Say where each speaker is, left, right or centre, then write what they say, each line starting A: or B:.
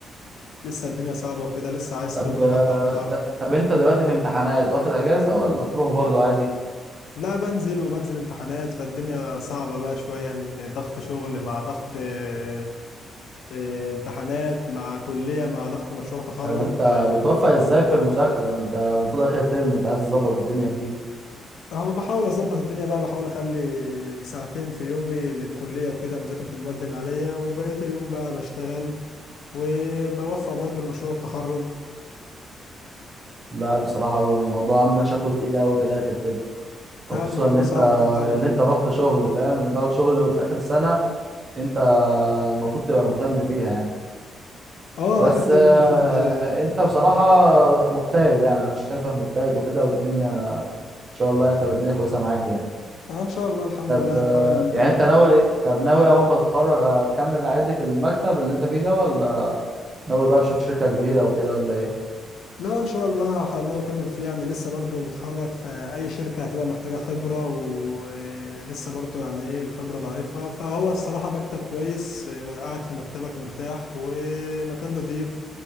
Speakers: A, on the left (about 75°); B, on the right (about 30°).
A: لسه الدنيا صعبه وكده لسه عايز
B: طب
A: خبره
B: آه،
A: برضه اكتر
B: ت- طب انت دلوقتي في امتحانات واخد اجازة ولا بتروح برضو عادي
A: لا بنزل وبنزل امتحانات فالدنيا صعبة بقى شوية ان ضغط شغل مع ضغط آه، آه، امتحانات مع كلية مع ضغط مشروع تخرج
B: طب انت
A: ف
B: بتوفق ازاي في المذاكرة انت المفروض اخر ترم انت عايز تظبط الدنيا فيه
A: اهو بحاول اظبط الدنيا بقى بحاول اخلي ساعتين في يومي للكلية وكده مذاكرة في المواد اللي عليا وبقية اليوم بقى بشتغل وبوفق برضه لمشروع التخرج
B: لا بصراحة الموضوع عندك شكله تقيل قوي في الاخر كده او
A: لا
B: خصوصا
A: الموضوع
B: اللي انت
A: صعب في الاول
B: اللي
A: كده
B: انت رحت شغل فاهم اللي انت رحت شغل في اخر السنة انت المفروض تبقى مهتم فيها يعني
A: اه
B: بس
A: اخر ترم
B: آه،
A: المفروض اه
B: انت بصراحة مجتهد يعني انا شايفك مجتهد وكده والدنيا ان شاء الله يعني تبقى الدنيا كويسة معاك يعني
A: آه، ان شاء الله الحمد
B: طب
A: لله
B: آه،
A: نحاول
B: يعني
A: آه،
B: انت ناوي طب ناوي اول ما تتخرج هتكمل عادي في المكتب اللي انت فيه ده ولا ناوي بقى تشوف شركة كبيرة وكده ولا ايه
A: لا ان شاء الله ناوي اكمل فيه يعني لسه برضه متخرج فاي شركه هتبقى محتاجه خبره ولسه برضه يعني ايه الخبره ضعيفه فهو الصراحه مكتب كويس آه، قاعد في مكتبك مرتاح ومكان نظيف